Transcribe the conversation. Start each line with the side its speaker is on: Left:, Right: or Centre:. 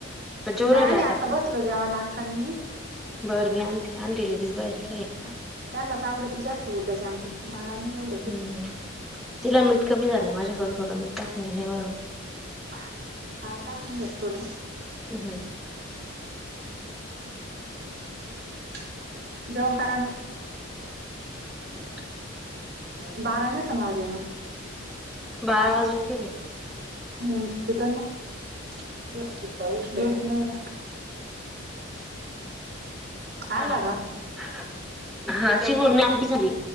Centre: का जेवू
Right: नाही
Centre: राहिले
Right: आम्ही आता बसलो जेवाला आक्का अन् मी
Centre: बर मी आणते आणते लगेच बाहेर ये.
Right: ह त्यानलाच आवडती जास्त उडदाची आमटी मला नाही एवढी.
Centre: हम्म तिला मीठ कमी झाल माझ्याकडून थोड टाकून <unintelligible>
Right: आता टाकून घेते धोड.
Centre: हम्म
Right: <inaudible> जेवण करा ना.
Centre: <inaudible>
Right: बारा नसण वाजलेल.
Centre: बारा वाजून गेले.
Right: हम्म सु <unintelligible> नेट नाही ना आणला
Centre: हां
Right: का
Centre: का हा <unintelligible> आमट झाली.